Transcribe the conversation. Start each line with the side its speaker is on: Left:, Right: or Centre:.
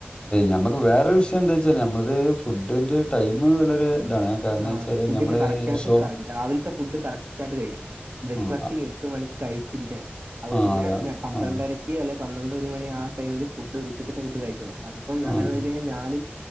Right: ആ
Left: ഞമ്മക്ക് നമുക് വേറെ വിഷയം എന്താ വെച്ചാൽ നമ്മളത് ഫുഡിന്റെ ടൈം വളരെ ഇതാണ് കാരണം
Right: ആഹ്
Left: വെച്ചാല്
Right: ഫുഡിന്റെ
Left: നമ്മള്
Right: കറക്റ്റ്
Left: ഈ
Right: ആയിട്ട്
Left: ഷോ
Right: രാവിലത്തെ ഫുഡ് കറക്റ്റ് ആയിട്ട് കഴിയണം ബ്രേക്ക്ഫാസ്റ്റ്
Left: ആഹ്
Right: എട്ടു മണിക്ക് കഴിച്ചിരിക്കണം അതുപോലെ
Left: ആഹ്
Right: തന്നെ
Left: അതാ
Right: പന്ത്രണ്ടര
Left: ആഹ്
Right: അല്ലെ പന്ത്രണ്ട് ഒരു മണി ആ ടൈമില് ഫുഡ് ഉച്ചക്കത്തെ ഫുഡ് കഴിച്ചില്ലേ അതിപ്പം അങ്ങനെ
Left: ആഹ്
Right: നോക്കി കഴിഞ്ഞാൽ ഞാനും